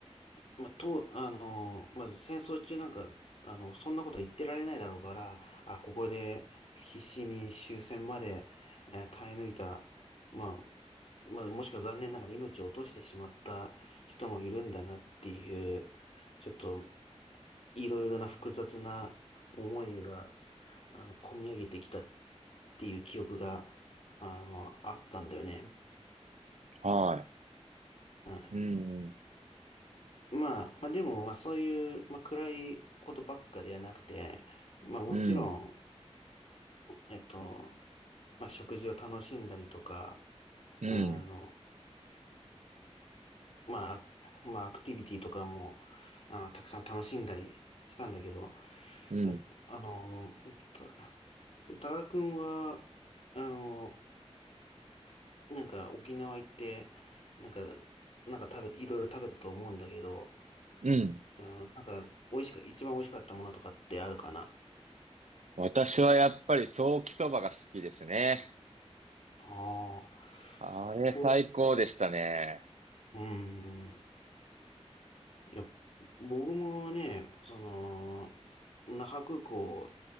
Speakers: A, on the left; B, on the right.
A: まあ、と、あの、まあ、戦争中なんか、あの、そんなこと言ってられないだろうから、あ、ここで必死に終戦まで、えー耐え抜いた、まあ、まあ、もしくは残念ながら命を落としてしまった人もいるんだなっていう、ちょっと、いろいろな複雑な思いが、あの、込み上げてきたっていう記憶が、あの、あったんだよね。
B: は
A: はい
B: い。うん。
A: まあ、まあでも、まあそういう、まあ暗いことばっかではなくて、まあもちろん、
B: うん。
A: えっと、まあ食事を楽しんだりとか、
B: うん。
A: あの、まあ、<laughs> まあアクティビティとかも、あ、たくさん楽しんだりしたんだけど、
B: うん。
A: えっと、あの、た、多田くんは、あの、なんか沖縄行って、なんか、なんか食べ、いろいろ食べたと思うんだけど、
B: うん。
A: うん、なんか美味しく、一番美味しかったものとかってあるかな
B: 私はやっぱりソーキそばが好きですね。
A: ああ、
B: あれ最高でしたね。
A: そう、うん。いや、僕もね、その、那覇空港、